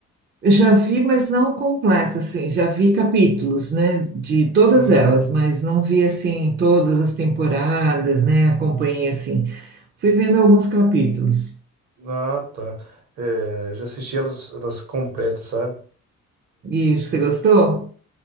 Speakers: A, on the right (about 35°); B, on the right (about 60°).
A: Já vi, mas não completa, assim. Já vi capítulos, né, de todas
B: Hum,
A: elas, mas não vi, assim, todas as temporadas, né? Acompanhei, assim. Fui vendo alguns capítulos.
B: ah, tá. É, já assisti elas, elas completas, sabe?
A: E você gostou?